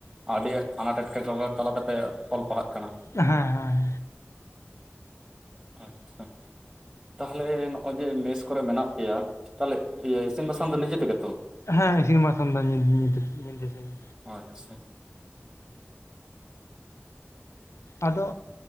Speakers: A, on the right (about 20°); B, on the left (about 80°).
A: ᱟᱹᱰᱤ ᱟᱱᱟᱴ ᱮᱴᱠᱮᱴᱚᱬᱮ ᱛᱟᱞᱟᱛᱮ ᱯᱮ ᱚᱞ ᱯᱟᱲᱦᱟᱜ ᱠᱟᱱᱟ᱾
B: ᱦᱮᱸ ᱦᱮᱸ
A: ᱟᱪᱷᱟ ᱛᱟᱦᱚᱞᱮ ᱱᱚᱜᱼᱚᱭ ᱡᱮ ᱢᱮᱥ ᱠᱚᱨᱮ ᱢᱮᱱᱟᱜ ᱯᱮᱭᱟ ᱛᱟᱦᱚᱞᱮ ᱤᱥᱤᱱ ᱵᱟᱥᱟᱝ ᱫᱚ ᱱᱤᱡᱮ ᱛᱮᱜᱮ ᱛᱚ
B: ᱦᱮᱸ ᱤᱥᱤᱱ ᱵᱟᱥᱟᱝ ᱫᱚ ᱧᱩᱛ <unintelligible>
A: ᱟᱪᱷᱟ ᱾
B: ᱟᱫᱚ